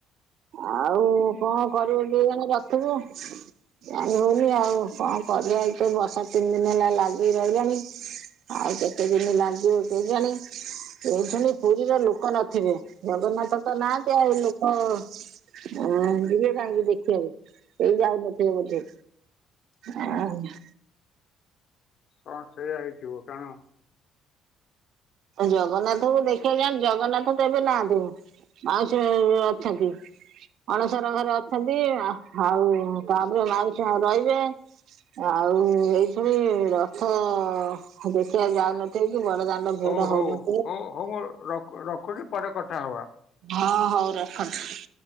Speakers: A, on the right; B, on the left.
A: ଆଉ କଁ କରିବୁ କେଇଜାଣି ରଥକୁ? ଜାଣି ହୋଉନି ଆଉ କଣ କରିବା ଏଇ ତ ବର୍ଷା ତିନି ଦିନ ହେଲା ଲାଗିକି ରହିଲାଣି। ଆଉ କେତେ ଦିନ ଲାଗିବ କେଜାଣି? ଏଇ କ୍ଷଣି ପୁରୀର ଲୋକ ନଥିବେ ଜଗନ୍ନାଥ ତ ନାହାନ୍ତି ଆଉ ଲୋକ ହଁ ଯିବେ କାହିଁକି ଦେଖିବାକୁ କେହି ଯାଉନଥିବେ ବୋଧେ? ଆ ହୁଁ।
B: ହଁ ସେଇଆ ହେଇଥିବ କାଣ
A: ତ ଜଗନ୍ନାଥଙ୍କୁ ଦେଖିଆକୁ ଯାଆନ୍ତି ଜଗନ୍ନାଥ ତ ଏବେ ନାହାନ୍ତି। ମାଉସୀ ଘରେ ଅଛନ୍ତି। ଅଣସର ଘରେ ଅଛନ୍ତି ଆଉ ଆଉ ତାପରେ ମାଉସୀ ହଁ ରହିବେ। ଆଉ ଏଇଥିରେ ରଥ ଦେଖିବାକୁ ଯାଉନଥିବେ କି ବଡ଼ ଦାଣ୍ଡ ଭିଡ଼
B: ହଉ ହଉ
A: ହଉନ
B: ହଉ ହଉ ମୁଁ ରଖ୍ ରଖୁଚି ପରେ କଥା ହବା।
A: ହଁ ହଉ ରଖନ୍ତୁ।